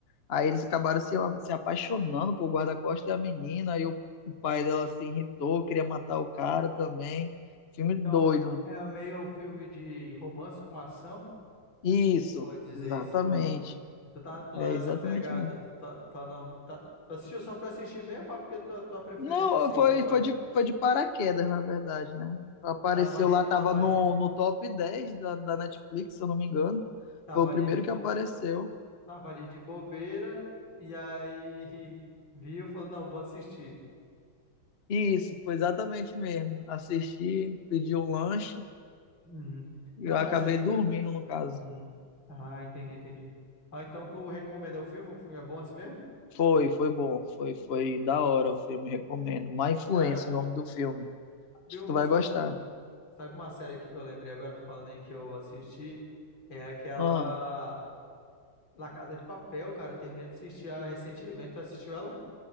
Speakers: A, on the left; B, on the left.
A: Aí eles acabaram se, se apaixonando por guarda-costas da menina, aí o, o pai dela se irritou, queria matar o cara também. Filme
B: Então,
A: doido.
B: é meio filme de romance com ação,
A: Isso,
B: pode dizer
A: exatamente.
B: isso. Ah, e tu tá, tu
A: É
B: tá nessa
A: exatamente
B: pegada,
A: mesmo.
B: tu tá, tá, na- tá, tu assistiu só pra assistir mesmo, ou é porque é tua, tua preferência,
A: Não,
B: assim,
A: foi,
B: que tu gosta?
A: foi de, foi de paraquedas, na verdade, né? Apareceu
B: Tava ali,
A: lá,
B: tava
A: tava no,
B: ali, <laughs>
A: no top 10 da, da Netflix, se eu não me engano.
B: tava
A: Foi o
B: ali
A: primeiro
B: de boa.
A: que apareceu.
B: Tava ali de bobeira e aí <laughs> viu, falou, não, vou assistir.
A: E Isso, foi exatamente mesmo. Assisti, pedi um lanche
B: Uhum.
A: e
B: Não,
A: eu
B: mas
A: acabei
B: aí.
A: dormindo, no caso.
B: Hum. Ah, entendi, entendi. Ah, então tu recomenda o filme? O filme é bom assim mesmo?
A: Foi, foi bom. Foi, foi da hora o filme, recomendo. Má Influência,
B: Cara,
A: o nome do filme.
B: sabe,
A: Acho
B: um,
A: que tu vai
B: sabe
A: gostar.
B: um- sabe uma série aqui que eu lembrei agora, tu falando aí que eu assisti? É aquela
A: Ah,
B: La Casa de Papel, cara. Terminei de assistir ah, recentemente. Tu assistiu ela?